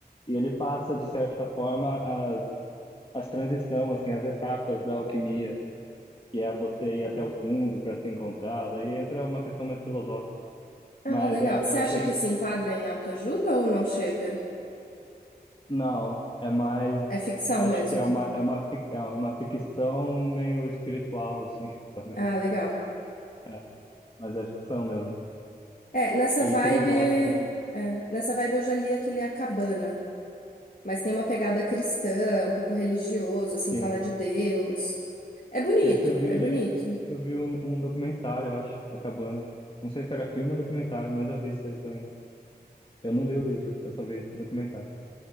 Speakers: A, on the left; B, on the left.
A: E ele passa, de certa forma, as, as transição assim, as etapas da alquimia, que é você ir até o fundo para se encontrar. Daí entra uma questão mais filosófica.
B: Ah,
A: Mas
B: legal.
A: é,
B: Você
A: eu
B: acha
A: achei
B: que se enquadra em autoajuda ou não chega?
A: Não, é mais.
B: É ficção
A: Acho
B: mesmo.
A: que é uma, é uma, fic- é uma ficção meio espiritual, assim, <laughs> talvez.
B: Ah, legal.
A: É, mas é ficção mesmo.
B: É, nessa
A: E
B: vibe,
A: filosófico, né?
B: é, nessa vibe eu já li aquele A Cabana. mas tem uma pegada cristã, um pouco religioso, assim,
A: Sim.
B: fala de Deus. É bonito,
A: Esse eu vi,
B: é bonito.
A: esse eu vi um, um documentário, eu acho, acabando. Não sei se era filme ou documentário, mas eu vi isso aí também. Eu não li o livro, eu só vi esse documentário.